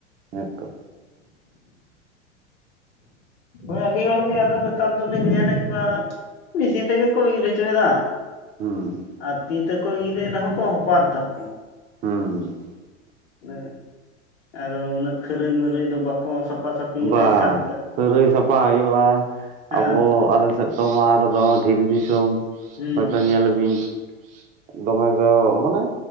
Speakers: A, on the right; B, on the left.
A: ᱦᱮᱸ ᱛᱚ᱾
B: ᱦᱳᱭ ᱟᱹᱰᱤ ᱦᱚᱲᱜᱮ ᱟᱫᱚ ᱱᱮᱛᱟᱨ ᱫᱚᱞᱮ ᱧᱮᱞᱮᱫ ᱠᱚᱣᱟ ᱢᱤᱥᱤᱱ ᱛᱮᱜᱮ ᱠᱚ ᱤᱨ ᱦᱚᱪᱚᱭᱫᱟ,
A: ᱦᱩᱸ᱾
B: ᱟᱨ ᱛᱤ ᱛᱮᱠᱚ ᱤᱨ ᱮᱫ ᱨᱮᱦᱚᱸ ᱠᱚ ᱦᱚᱯᱟᱨ ᱫᱟᱠᱚ᱾
A: ᱦᱩᱸ
B: ᱚᱱᱮ ᱟᱨᱚ ᱩᱱᱟᱹᱜ ᱠᱷᱟᱹᱨᱟᱹᱭ ᱢᱟᱹᱨᱟᱹᱭ ᱫᱚ ᱵᱟᱠᱚ ᱥᱟ ᱯᱟ ᱥᱟᱯᱤ
A: ᱵᱟᱝ
B: ᱫᱟ ᱮᱠᱟᱞ
A: ᱠᱷᱟᱹᱨᱟᱹᱭ ᱥᱟᱯᱟ ᱦᱩᱭᱩᱜ-ᱟ, ᱟᱵᱚ
B: ᱦᱮᱸ
A: ᱟᱞᱮᱥᱮᱫ ᱫᱚ ᱢᱟ ᱟᱨᱚ ᱫᱚ ᱫᱷᱤᱨᱤ ᱫᱤᱥᱚᱢ᱾
B: ᱦᱩᱸ
A: ᱦᱳᱭᱛᱚ ᱧᱮᱞ ᱵᱤᱱ ᱫᱚᱢᱮ ᱠᱚ ᱢᱟᱱᱮ